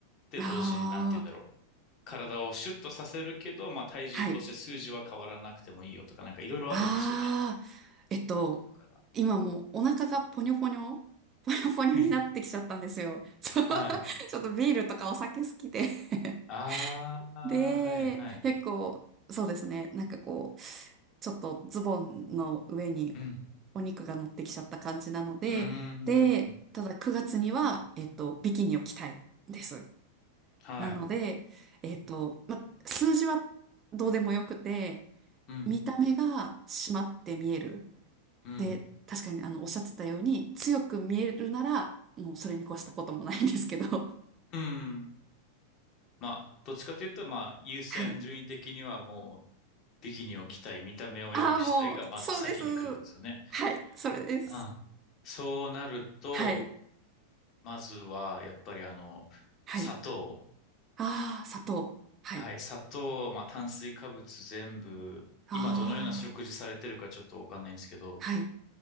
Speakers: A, on the left (about 35°); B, on the right (about 25°).
A: て同時になんて言うんだろう。
B: ああ。
A: 体をシュッとさせるけど、まあ体重として数字は変わらなくてもいいよとか、
B: はい。
A: なんかいろいろあるんですよね。
B: ああ、えっと、
A: だから。
B: 今もうお腹がポニョポニョ、ポニョポニョになってきちゃったんですよ。
A: <laughs>
B: そう <laughs>
A: はい。
B: ちょっとビールとかお酒好きで <laughs>
A: ああ、
B: で、
A: はい、はい。
B: 結構、そうですね、なんかこう、ちょっとズボンの上に
A: うん。
B: お肉が乗ってきちゃった感じなので、
A: うーん。
B: で、ただ9月には、えっと、ビキニを着たいです。
A: はい。
B: なので、えっと、ま、数字はどうでもよくて、
A: うん。
B: 見た目が締まって見える。
A: うん。
B: で、確かにあの、おっしゃってたように、強く見えるなら、もうそれに越したこともないんですけど。<laughs>
A: うん。まあ、どっちかというと、まあ、優先順位的にはもう、
B: はい。
A: ビキニを着たい、見た目を良くしたいが、
B: ああ、もう、
A: まず先に来るってことですよね。
B: そうです。はい、それです。
A: うん。そうなると、
B: はい、
A: まずは、やっぱりあの、
B: はい。
A: 砂糖。
B: ああ、砂糖。はい。
A: はい。砂糖、まあ、炭水化物全部、
B: ああ、
A: 今どのような食事されてるかちょっとわかんないんですけど、
B: はい。